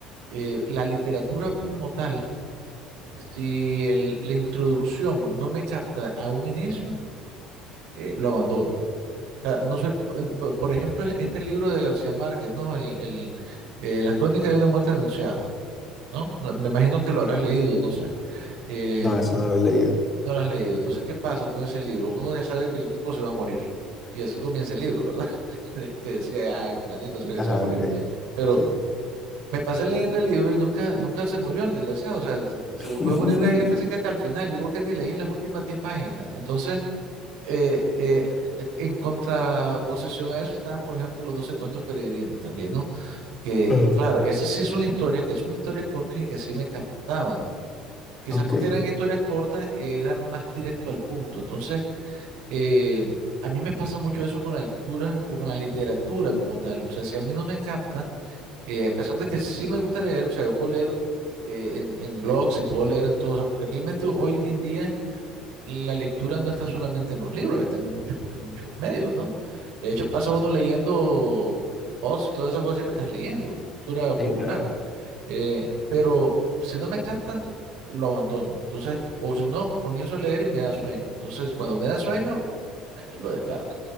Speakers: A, on the right (about 75°); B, on the left (about 15°).
A: eh, la literatura como tal, si el- la introducción no me capta a un inicio, eh, lo abandono. O sea, no soy, eh, por ejemplo, este libro de García Márquez, ¿no? El, el, eh, Las crónicas de una muerte anunciada. ¿no? No, Me imagino que lo habrás leído, no sé. Eh,
B: No,
A: no
B: eso no lo he leído.
A: lo has leído. Entonces, ¿qué pasa con ese libro? Uno ya sabe que el tipo se va a morir. Y así comienza el libro, ¿verdad? <laughs> De Que decía, ah, el fulanito sabe que
B: Ajá,
A: se va a morir.
B: ok.
A: Pero
B: Sí.
A: me pasé leyendo el libro y nunca, nunca se murió el desgraciado. O sea, se se
B: <laughs>
A: fue a morir ahí casi que hasta el final. Yo creo que ni leí las últimas 10 páginas. Entonces, eh, eh, en contraposición a eso están, por ejemplo, los doce cuentos peregrinos también, ¿no? Que,
B: Ah,
A: claro, esas sí son historias, que son historias cortas y que sí me captaban Quizás
B: Ok.
A: porque eran historias cortas, eran más directo al punto. Entonces, eh, a mí me pasa mucho eso con la lectura o con la literatura como tal. O sea, si a mí no me capta, eh, a pesar de que sí me gusta leer, o sea, yo puedo leer eh, en, en blogs y puedo leer en todo, o sea, porque realmente hoy en día la lectura no está solamente en los libros, está en muchos, en muchos medios, ¿no? De hecho, pasa uno leyendo posts y todas esas cosas, siempre estás leyendo, cultura popular.
B: Sí, claro.
A: Eh, pero si no me capta, lo abandono. Entonces, o si no, comienzo a leer y me da sueño. Entonces, cuando me da sueño, eh, lo descarto.